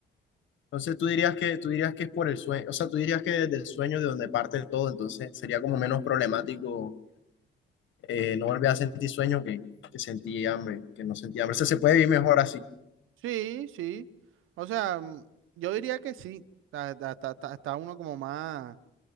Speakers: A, on the left; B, on the right.
A: Entonces tú dirías que tú dirías que es por el sueño, o sea, tú dirías que desde el sueño de donde parte todo, entonces sería como menos problemático eh, no volver a sentir sueño que, que sentir hambre, que no sentir hambre. O sea, se puede vivir mejor así.
B: Sí, sí. O sea, mm, yo diría que sí. Está, está- está- está- está uno como más,